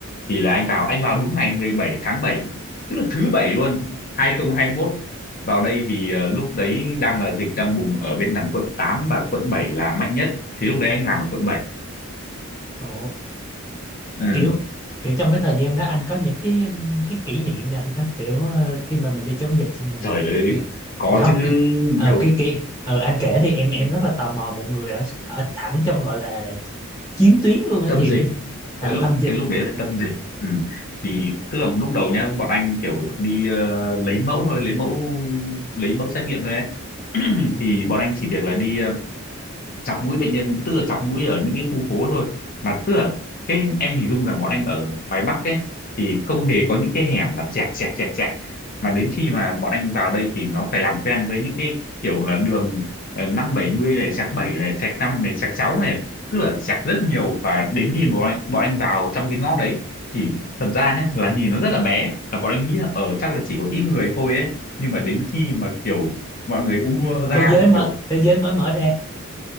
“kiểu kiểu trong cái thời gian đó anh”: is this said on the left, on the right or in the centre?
Left